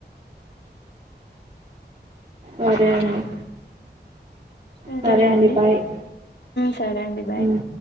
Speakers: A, on the right (about 40°); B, on the left (about 70°).
A: సరే అండి
B: ఇంకేమండి
A: సరే అండి బాయ్
B: సరే అండి బాయ్
A: ఉమ్